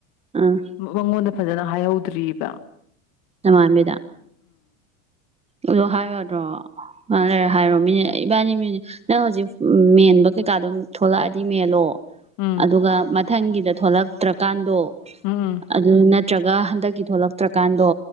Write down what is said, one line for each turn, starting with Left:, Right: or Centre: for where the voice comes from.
Right: ꯑꯥ
Left: ꯃꯉꯣꯟꯗ ꯐꯖꯅ ꯍꯥꯏꯍꯧꯗ꯭ꯑꯔꯤꯕ
Right: ꯑꯃꯥꯡꯕꯤꯗ ꯑꯗꯨꯣ ꯍꯥꯏꯔꯗ꯭ꯔꯣ ꯉ ꯂꯩꯔꯦ ꯍꯥꯏꯔꯣ ꯃꯤꯅ ꯏꯕꯥꯅꯤꯅꯦ ꯅꯪ ꯍꯧꯖꯤꯛ ꯎ ꯃꯦꯟꯕ ꯀꯩꯀꯥ ꯑꯗꯨꯝ ꯊꯣꯛꯂꯛꯑꯗꯤ ꯃꯦꯜꯂꯣ
Left: ꯎꯝ
Right: ꯑꯗꯨꯒ ꯃꯊꯪꯒꯤꯗ ꯊꯣꯛꯂꯛꯇ꯭ꯔꯀꯥꯟꯗꯣ
Left: ꯎꯝ ꯎꯝ
Right: ꯑꯗꯨ ꯅ ꯅꯠꯇ꯭ꯔꯒ ꯍꯟꯗꯛꯀꯤ ꯊꯣꯛꯂꯛꯇ꯭ꯔꯀꯥꯟꯗꯣ